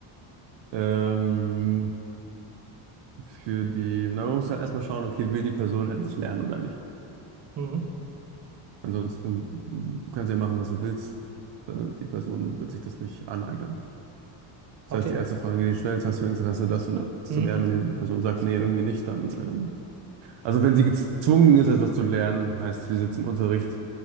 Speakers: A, on the right; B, on the right.
A: ähm, für die, na, man muss ja erstmal schauen, okay, will die Person etwas lernen oder nicht.
B: Mhm.
A: Ansonsten kannst du ja machen, was du willst. Da- Die Person wird sich das nicht aneignen. Das
B: Okay.
A: heißt, die erste Frage, die du stellst, hast du Interesse, das und das
B: Mhm.
A: zu lernen? Wenn die Person sagt, nee, irgendwie nicht, dann. Ähm, also, wenn sie gezwungen ist, etwas zu lernen, heißt, sie sitzt im Unterricht